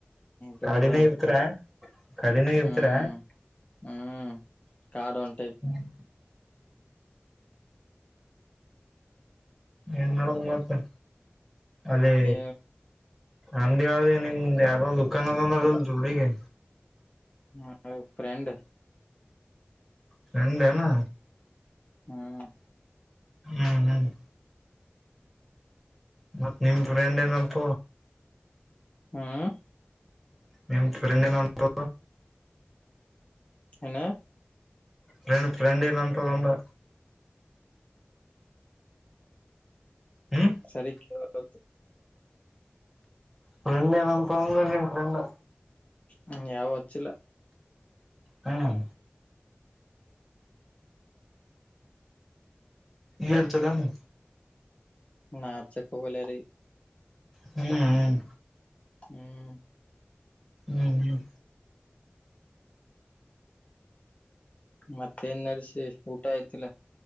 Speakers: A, on the left; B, in the centre.
A: ದೂರ
B: ಗಾಡಿನೇ ಇರ್ತರ ಕಡಿಿನೆ ಇರ್ತೀರ
A: ಹ್ಮ್ ಹ್ಮ್ ಕಾಡ್ ಒಂದ್ ಟೈಪ್
B: ಹ್ಮ್ ಎನ್ನ ಮುಂಬತ್ತ ಅದೇ
A: ಮತ್ತೆ
B: ಅಂಗಡಿ ಅವರ ನಿಮ್ದ ಯಾರೋ ದುಖಾನದಂದ ಅ ಜೋಡಿಗೆ
A: ಹಾ ಫ್ರೆಂಡ
B: ಫ್ರೆಂಡೇನೋ
A: ಹ್ಮ್
B: ಹ್ಮ್ ಹ್ಮ್ ಮತ್ತ್ ನಿಮ್ ಫ್ರೆಂಡ್ ಅಂತ
A: ಹ್ಮ್
B: ನಿನ್ ಫ್ರೆಂಡ್ ಏನಂತು
A: ಹ್ಣ
B: ಫ್ರೆಂಡ್ ಫ್ರೆಂಡ್ ಏನಂತ ಅಂದೆ ಹ್ಮ್
A: ಸರಿ ಕೇಳೋದು
B: ಫ್ರೆಂಡಏ ನ್ಂತಂದ ನಿನ್ ಫ್ರೆಂಡ
A: ಹ್ಮ ಯಾವ ಅಚ್ಚಿಲ್ಲ
B: ಹ್ಮ್ ಹಾರ ಚಲ್ಲನು
A: ನಾಚಕೋಗಿಲ್ರಿ
B: ಹ್ಮ್ ಹ್ಮ್
A: ಹ್ಮ್
B: ಹ್ಮ್ ಹ್ಮ್
A: ಮತ್ತ ನಡೆಸಿ ಊಟ ಆಯ್ತಿಲ್ಲ